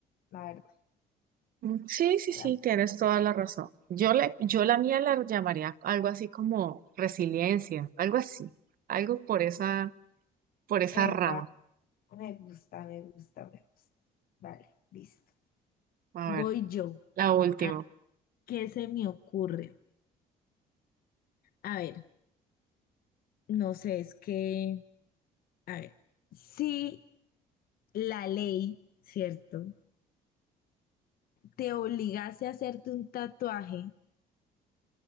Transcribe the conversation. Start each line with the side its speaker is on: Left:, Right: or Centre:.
Left: la verdad.
Right: Mm, Sí, sí,
Left: Era-
Right: sí, tienes toda la razón. Yo, le, yo la mía la llamaría algo así como resiliencia, algo así, algo por esa, por esa
Left: epa,
Right: rama.
Left: me gusta, me gusta, me gusta. Vale, listo.
Right: A
Left: Voy
Right: ver,
Left: yo.
Right: la última.
Left: ¿A qué se me ocurre? A ver, no sé, es que, a ver, si la ley, ¿cierto? Te obligase a hacerte un tatuaje,